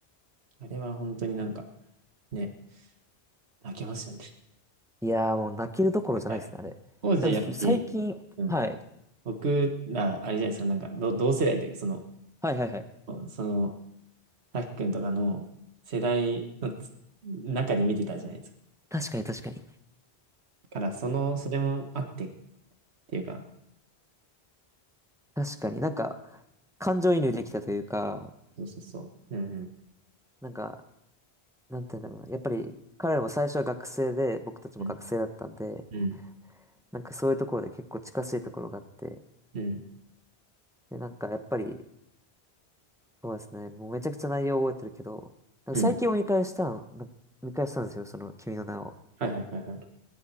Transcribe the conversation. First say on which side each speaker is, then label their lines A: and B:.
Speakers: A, on the right; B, in the centre.
A: あれは本当になんか、ね、泣けますよね。
B: いやーもう泣けるどころじゃないですね、
A: はい
B: あれ。
A: 当時やっぱり、
B: なんかそ最近、
A: うん、
B: はい。
A: 僕ら、あれじゃないですか、なんか、ど同世代というか、その、
B: はいはいはい。
A: その、さきくんとかの世代のつ中で見てたじゃないですか。
B: 確かに確かに。
A: だから、その、それもあってっていうか、
B: 確かになんか、感情移入できたというか、
A: そうそうそう。うん
B: なんか、なんて言うんだろうな。やっぱり彼らも最初は学生で、僕たちも学生だったんで、
A: うんうん
B: なんかそういうところで結構近しいところがあって、
A: うん
B: で、なんかやっぱり、そうですね、もうめちゃくちゃ内容覚えてるけど、なんか最近を見返したん、
A: うんうん。
B: な見返したんですよ、その君の名を。
A: はいはいはいはい。